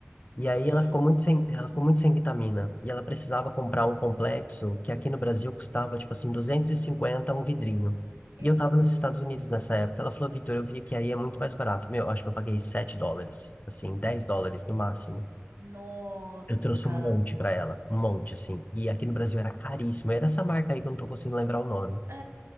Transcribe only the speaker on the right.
Ixi.
Ei,
nossa!
É,